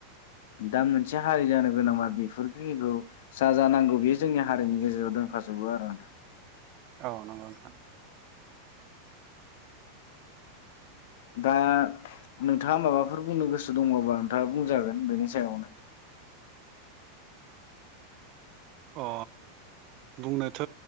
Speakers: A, on the left; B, on the right.
A: दा मोनसे हारि जानो गोनांबा बेफोरखिखौ जा जा नांगौ बेयो जोंनि हारिनि गेजेराव दोनखाजोबो आरो नोंथां
B: औ नंगौ नोंथां
A: दा नों नोंथाङा माबाफोर बुंनो गोसो दंअबा नोंथाङा बुंजागोन बेनि सायावनो
B: अ बुंनोथ'